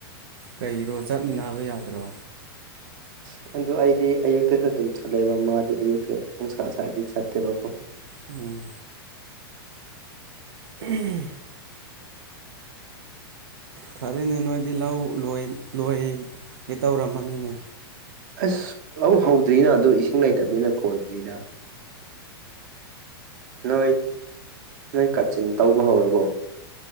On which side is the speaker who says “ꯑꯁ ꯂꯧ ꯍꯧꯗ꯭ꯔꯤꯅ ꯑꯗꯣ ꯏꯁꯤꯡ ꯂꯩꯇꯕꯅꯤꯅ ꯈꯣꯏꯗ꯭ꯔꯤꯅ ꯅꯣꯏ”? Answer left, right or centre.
Right